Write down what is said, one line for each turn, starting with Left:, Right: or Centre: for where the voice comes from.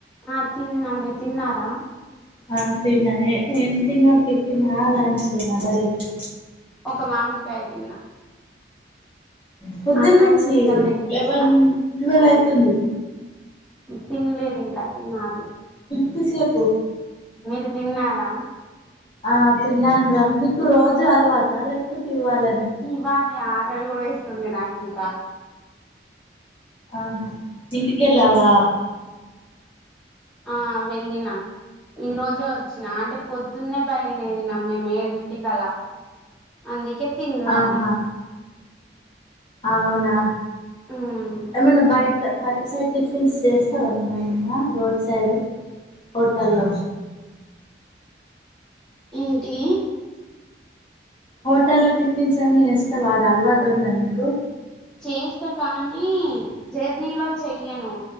Centre: ఆ తిన్నా మీర్ తిన్నారా
Left: ఆ తిన్నా ఎ ఏం తిన్నవ్ టిఫినా ఆ లంచేనా డైరెక్ట్
Centre: ఒక మామిడికాయ తిన్నా
Left: పొద్దున్
Centre: అన్నం
Left: నుంచి
Centre: ఇంకా తినలే
Left: లెవెన్ టువెల్ అయితుంది
Centre: తిన్లేద్ ఇంక తినాలి
Left: తిసేపు
Centre: మీరు తిన్నారా
Left: ఆ తిన్నాన్ రా మీకు రోజు అలవాట లేక్పోతె ఇవాల
Centre: ఇవ్వాలే ఆకల్ గుడా ఏస్తుంది నాకు ఇంకా
Left: ఆహా ఇంటికెళ్లావా
Centre: ఆ వెళ్ళిన ఈరోజే వచ్చిన అంటే పొద్దున్నే బయల్దేరినాం మేమ్ ఏడింటికళ్లా అందుకే తిన్ రాలే
Left: ఆహా అవునా
Centre: ఉమ్,
Left: ఏమన్న బైట బై సైడ్ టిఫిన్స్ చేస్తావా నువ్ ఏమన్నా రోడ్ సైడ్ హోటల్లో
Centre: ఏంటి
Left: హోటల్లో టిఫిన్స్ ఏమన్న యేస్తవారా అల్వాటుందా నీకు
Centre: చేస్తా కానీ జర్నీలో చెయను